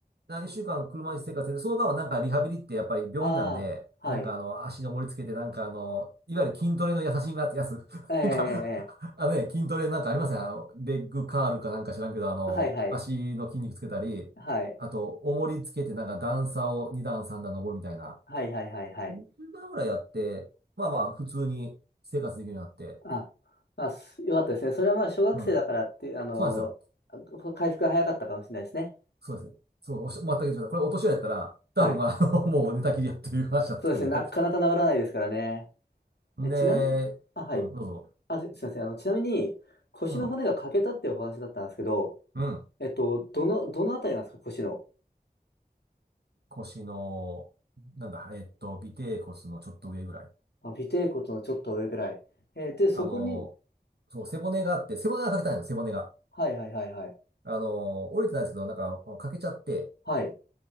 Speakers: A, on the right (about 75°); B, on the left (about 80°).
A: 何週間車椅子生活で、その間はなんかリハビリってやっぱり病院なんで、
B: ああ、
A: なんかあの、
B: はい。
A: 足に重りつけて、なんかあの、いわゆる筋トレの優しいやつ、やつ <laughs>
B: ええ、え
A: なんか、
B: え、え
A: あのね、筋トレなんかありません、あの、レッグカールかなんか知らんけど、あの、
B: えはい、はい。
A: 足の筋肉つけたり、
B: はい。
A: あと、重りつけてなんか段差を2段3段登るみたいな、
B: はい、はい、はい、はい。
A: 10番ぐらいやって、まあまあ、普通に生活できるようになって、
B: あ、あ、すよかったですね。それはまあ、小学生だからって、
A: うん。
B: あの、
A: そうなんですよ。
B: 回復が早かったかもしれないですね。
A: そうですね。そう、おっしゃ全く言ってました。これお年寄りやったら、多分まあ、
B: はい。
A: <laughs> もう寝たきりやっていう話だったんで
B: そうですね、なかなか治らないですからね。えちなみに、
A: で、
B: あ、はい。
A: うん、どうぞ。
B: あ、すすいません。あの、ちなみに、腰の骨が欠けたっていうお話だったんですけど、
A: うん、うん。
B: えっと、どの、どのあたりなんですか、腰の。
A: 腰の、なんだ、えっと、尾てい骨のちょっと上ぐらい。
B: あ、尾てい骨のちょっと上ぐらい。えーで、そこに、
A: あの、そう、
B: は
A: 背骨があって、背骨が欠けたんですよ、背骨が。
B: はいはいはいはい。
A: あの、折れてないんですけど、なんか、欠けちゃって、
B: はい。う